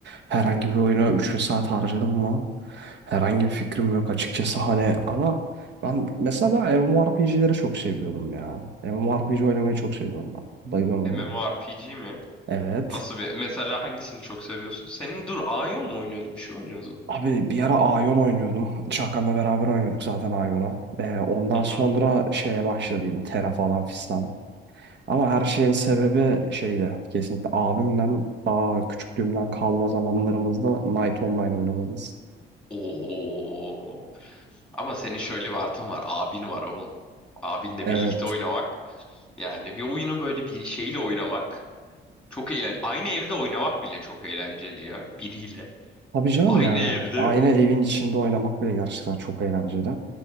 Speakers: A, on the right; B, in the centre.
A: herhangi bir oyuna 3000 saat harcadım mı herhangi bir fikrim yok açıkçası hani ama ben mesela ben MMORPG'leri çok seviyordum ya MMORPG oynamayı çok seviyorum ben bayılıyorum
B: MMORPG
A: onlara
B: mi?
A: evet
B: Nasıl bir mesela hangisini çok seviyorsun? Senin dur Aion mu oynuyordun? Bir şey oynuyordun.
A: abi bir ara Aion oynuyordum Çakan'la beraber oynuyorduk zaten Aion'u Ee, ondan
B: Hı
A: sonra
B: hı.
A: şeye başladıydım Terra falan fistan Ama her şeyin sebebi şeyde kesinlikle abimden daha küçüklüğümden kalma zamanlarımızda Night Online oynamamız.
B: Oo. Ama senin şöyle bir artın var. Abin var oğlum. Abinle
A: Evet.
B: birlikte oynamak. Yani bir oyunu böyle bir şeyle oynamak çok eğlenceli. Aynı evde oynamak bile çok eğlenceli ya. Biriyle.
A: Tabii canım
B: Aynı
A: yani
B: evde.
A: aynı evin içinde oynamak bile gerçekten çok eğlenceli.